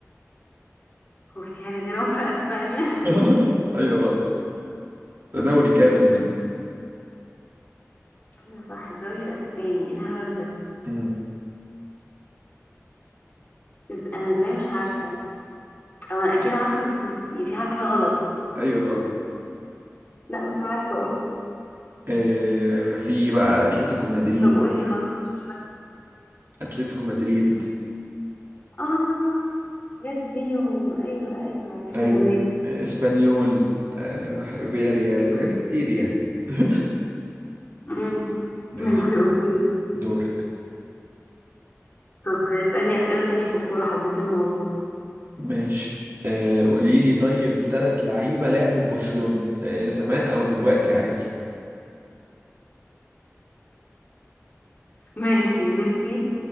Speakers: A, on the left; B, on the right.
A: هو في حاجة غيرهم في أسبانيا
B: <laughs> ايوه طبعا ده دوري كامل ده
A: <laughs> أيوة صح الدوري الأسباني إيه الهبل ده
B: امم
A: إز... أنا إزاي مش عارفة أو أنا أكيد عارفة بس م- يعني في حاجة غلط
B: ايوه طبعا
A: لا مش عارفة أقول
B: آه، في بقى اتلتيكو مدريد
A: طب قولي خلاص
B: اتلتيكو مدريد
A: آه الحاجات دي و... أيوة أيوة عرفتها
B: ايوه
A: ماشي
B: اسبانيول آه، فياريال حاجات
A: مم.
B: كتير يعني <laughs>
A: <laughs> مم.
B: ماشي
A: ماشي اوكي
B: دورك
A: طب اسألني أسئلة تانية في الكورة حبيت الموضوع
B: ماشي آه قولي لي طيب تلات لعيبة لعبوا في برشلونة آه زمان أو دلوقتي عادي
A: ماشي ميسي